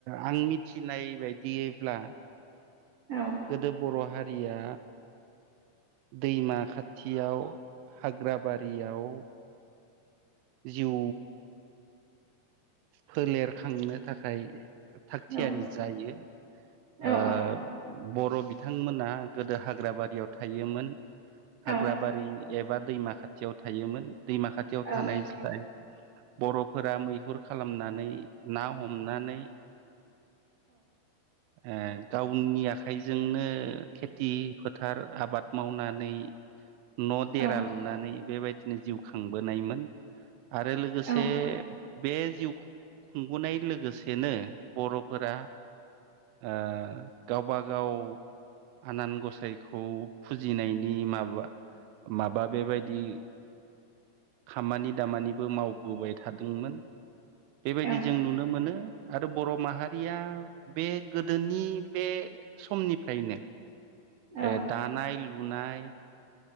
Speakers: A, on the right; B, on the right.
A: आं मिथिनाय बायदियैब्ला
B: औ
A: गोदो बर' हारिया दैमा खाथियाव हाग्राबारियाव जिउ फोलेरखांनो थाखाय थागथियारि
B: औ
A: जायो
B: औ
A: ओ बर' बिथांमोना गोदो हाग्राबारियाव थायोमोन हाग्राबारि
B: औ
A: एबा दैमा खाथियाव थायोमोन दैमा खाथियाव
B: औ
A: थानायाय बर'फोरा मैहुर खालामनानै ना हमनानै ओ गावनि आखाइजोंनो खेथि फोथार आबाद मावनानै
B: <inaudible>
A: न' देरा
B: औ
A: लुनानै बेबायदिनो जिउ खांबोनायमोन। आरो लोगोसे
B: औ
A: बे जिउ खुंबोनाय लोगोसेनो बर'फोरा आ गावबा गाव आनान गसाइखौ फुजिनायनि माबुया माबा बेबायदि खामानि दामानिबो मावबोबाय थादोंमोन। बेबायदि
B: औ
A: जों नुनो मोनो। आरो बर' माहारिया बे गोदोनि बे समनिफ्रायनो
B: औ
A: ए दानाय लुनाय